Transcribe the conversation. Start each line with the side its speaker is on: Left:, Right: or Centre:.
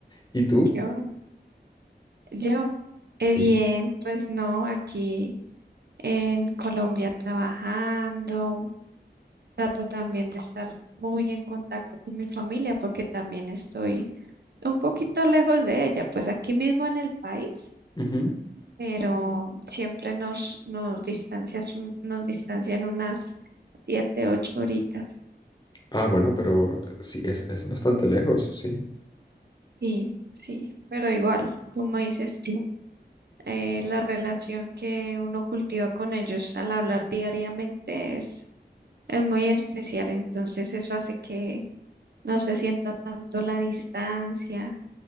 Left: ¿Y tú?
Right: Qué bueno. Yo,
Left: Sí.
Right: eh, bien, pues no, aquí en Colombia trabajando. Trato también de estar muy en contacto con mi familia porque también estoy un poquito lejos de ella, pues aquí mismo en el país,
Left: Ujú.
Right: pero siempre nos, nos distancias, un- nos distancian unas siete, ocho horitas.
Left: Ah, bueno, pero eh, sí, es, es bastante lejos, sí.
Right: Sí, sí, pero igual, como dices tú, eh, la relación que uno cultiva con ellos al hablar diariamente es, es muy especial, entonces eso hace que no se sienta tanto la distancia